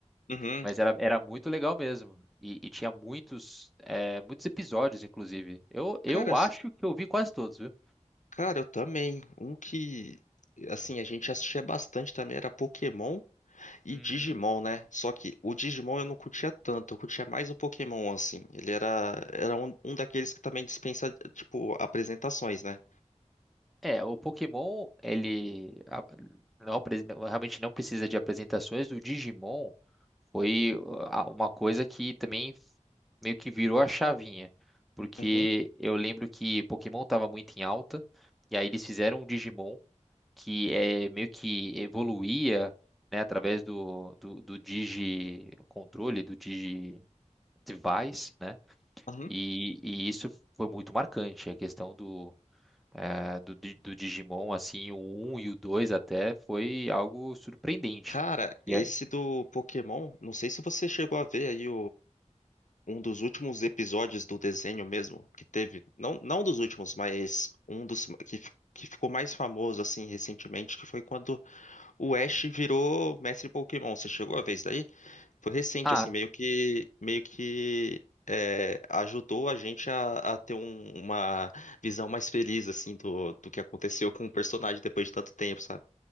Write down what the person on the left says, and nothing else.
Uhum.
Cara, s-
cara, eu também. Um que, assim, a gente assistia bastante também era Pokémon e
Digimon, né? Só que o Digimon eu não curtia tanto, eu curtia mais o Pokémon, assim. Ele era, era um, um daqueles que também dispensa, tipo, apresentações, né?
Uhum,
uhum.
Cara, esse
do Pokémon, não sei se você chegou a ver aí um dos últimos episódios do desenho mesmo, que teve, não, não dos últimos, mas um dos que, fi- que ficou mais famoso assim recentemente, que foi quando o Ash virou mestre Pokémon. Você chegou a ver isso daí? Foi recente
assim, meio que meio que é, ajudou a gente a, a ter um- uma visão mais feliz assim do, do que aconteceu com o personagem depois de tanto tempo, sabe?